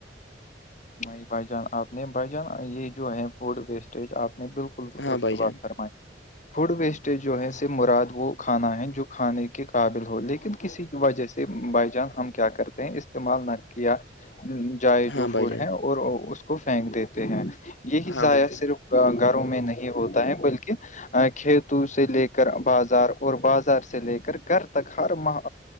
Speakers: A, on the left (about 45°); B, on the left (about 85°).
A: بائی بھائی جان آپ نے بھائی جان یہ جو ہے فوڈ ویسٹیج آپ نے بالکل بالکل
B: ہاں
A: درست
B: بھائی
A: بعات
B: جان
A: فرمائےے
B: <inaudible>
A: فوڈ ویسٹیج جو ہے س مراد وہ کھانا ہے جو کھانے کے قابل ہو لیکن کسی وجہ سے بائی جان ہم کیا کرتے ہیں استعمال نہ کیا جائے
B: ہاں
A: جو فوڈ
B: بھائی جان
A: ہے اور اس کو پھینک دیتے ہیں یہی
B: ہاں
A: ضائع
B: بھائی جان
A: صرف گھروں میں نہیں ہوتا ہے بلکہ کھیتوں سے لے کر بازار اور بازار سے لے کر گھر تک ہر ماہ